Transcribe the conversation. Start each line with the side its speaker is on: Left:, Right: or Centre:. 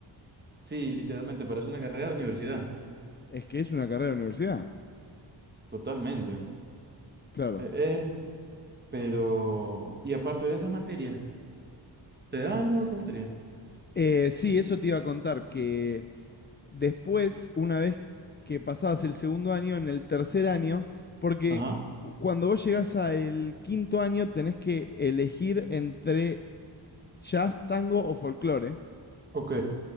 Right: Sí, literalmente, parece una carrera de universidad.
Left: es que es una carrera de universidad.
Right: Totalmente.
Left: Claro.
Right: Eh, eh, pero, y aparte de esas materias, ¿te daban alguna otra materia?
Left: Eh, sí, eso te iba a contar, que después, una vez que pasabas el segundo año, en el tercer año, porque
Right: Ajá,
Left: cuando vos llegás al quinto año tenés que elegir entre jazz, tango o folclore
Right: ok,